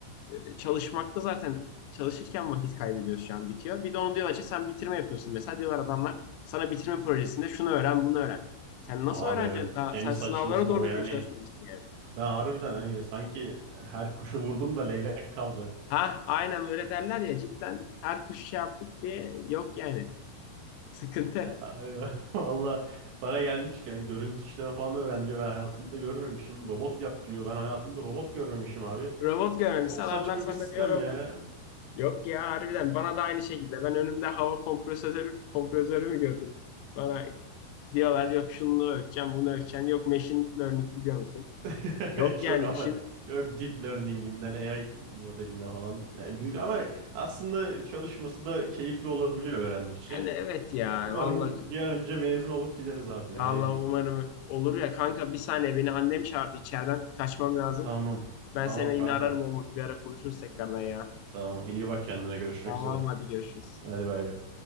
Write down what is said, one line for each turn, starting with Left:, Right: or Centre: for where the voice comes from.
Left: e, çalışmakta zaten çalışırken vakit kaybediyoruz şu an bitiyor. Bir de onu diyorlar ki sen bitirme yapıyorsun. Mesela diyorlar adamlar sana bitirme projesinde şunu öğren, bunu öğren. Sen nasıl
Right: Abi
Left: öğreneceksin?
Right: evet
Left: Daha
Right: en
Left: sen
Right: saçması
Left: sınavlara doğru
Right: da o yani.
Left: düzgün çalışmamışsın yani.
Right: Ben harbiden hani sanki her kuşu vurdum da leylek kaldı.
Left: Ha, aynen öyle derler ya cidden her kuş şey yaptık diye yok yani. Sıkıntı.
Right: Ay, <laughs> Valla bana gelmiş yani görüntü işleme falan öğren diyor. Ben hayatımda görmemişim. Robot yap diyor. Ben hayatımda robot görmemişim abi.
Left: Robot görmemişse
Right: Çok
Left: adamlar
Right: saçma
Left: sana
Right: bir sistem
Left: diyor robot.
Right: ya.
Left: Yok ya harbiden bana da aynı şekilde. Ben önümde hava kompresörü, kompresörü mü gördüm? Bana diyorlar yok şunu ölçeceğim bunu ölçeceğim. Yok machine learning biliyor musun?
Right: <laughs>
Left: Yok
Right: Çok
Left: yani
Right: ama
Left: işim
Right: yok deep learning'inden AI modeline falan. Yani güzel ama aslında çalışması da keyifli olabiliyor öğrendikçe.
Left: yani evet ya
Right: Umarım
Left: vallahi
Right: bir an önce mezun olup gideriz abi
Left: vallahi
Right: ya ne diyeyim.
Left: umarım olur ya kanka bir saniye beni annem çağırdı içeriden kaçmam lazım.
Right: Tamam.
Left: Ben
Right: Tamam
Left: seni
Right: kanka.
Left: yine ararım olmadı bir ara konuşuruz tekrardan ya.
Right: Tamam. iyi bak kendine. Görüşmek
Left: Tamam
Right: üzere.
Left: hadi görüşürüz.
Right: Hadi bay bay.